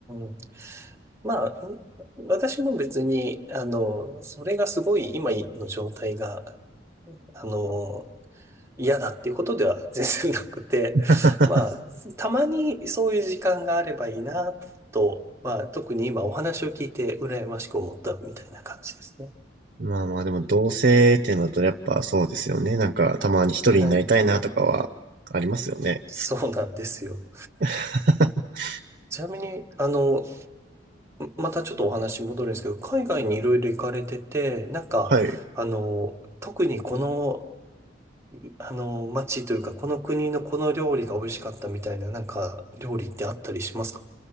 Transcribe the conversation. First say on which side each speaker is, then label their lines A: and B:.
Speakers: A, on the right; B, on the right.
A: んまあ、私も別に、あの、それがすごい今の状態が、あの、嫌だっていうことでは全然なくて、
B: <laughs>
A: まあ、たまにそういう時間があればいいなと、まあ、特に今お話を聞いて羨ましく思ったみたいな感じですね。
B: まあまあ、でも同性っていうのだとやっぱそうですよね。なんかたまに一人になりたいなとかはありますよね。
A: はい。そうなんですよ。
B: <laughs>
A: ちなみに、あの、またちょっとお話戻るんですけど、海外にいろいろ行かれてて、なんか、
B: はい。
A: あの、特にこのあの、街というか、この国のこの料理が美味しかったみたいな、なんか、料理ってあったりしますか